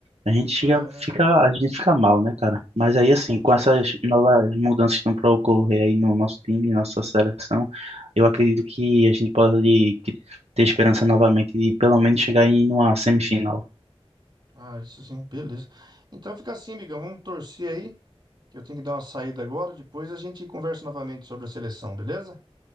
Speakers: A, on the right; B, on the right.
A: A gente chega,
B: É,
A: fica, a gente fica mal, né, cara? Mas aí, assim,
B: com
A: com
B: certeza.
A: essas novas mudanças que estão para ocorrer aí no nosso time, nossa seleção, eu acredito que a gente pode ter esperança novamente de pelo menos chegar em uma semifinal.
B: Ah, isso sim, beleza. Então fica assim, amigão. Vamos torcer aí, que eu tenho que dar uma saída agora. Depois a gente conversa novamente sobre a seleção, beleza?